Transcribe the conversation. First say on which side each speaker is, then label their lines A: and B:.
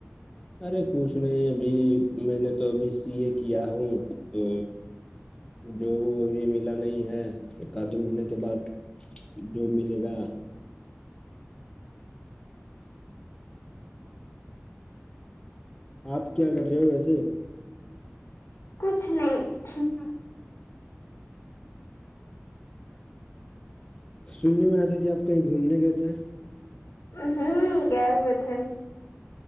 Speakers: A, on the left; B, on the left.
A: ارے کچھ نہیں ابھی میں نے تو ابھی سی اے کیا ہوں تو جو وہ ابھی ملا نہیں ہے ایک آد دو مہینے کے بعد جو ملے گا آپ کیا کر رہے ہو ویسے
B: کچھ نہیں
A: <inaudible> سننے میں آیا تھا کہ آپ کہیں گھومنے گئے تھے ہیں
B: ہوں گئے ہوئے تھے